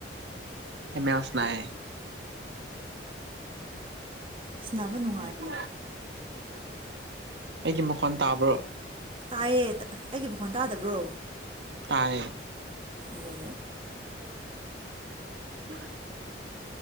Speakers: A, on the right; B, on the right.
A: ꯑꯦꯃꯦ ꯑꯦ ꯑꯣꯁꯅꯥꯏ
B: ꯁꯅꯥꯕꯅꯣ
A: ꯎ ꯑꯩꯒꯤ ꯃꯈꯣꯟ ꯇꯥꯕ꯭ꯔꯣ
B: ꯇꯥꯏꯌꯦ ꯑꯩꯒꯤ ꯃꯈꯣꯟ ꯇꯥꯗꯕ꯭ꯔꯣ
A: ꯇꯌꯦ
B: ꯑꯣ
A: ꯎ